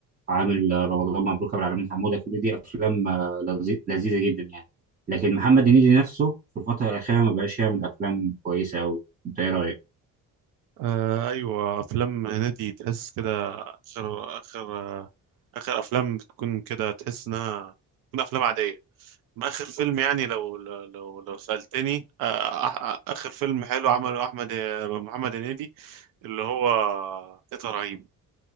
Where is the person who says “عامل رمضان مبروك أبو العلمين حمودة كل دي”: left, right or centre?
Right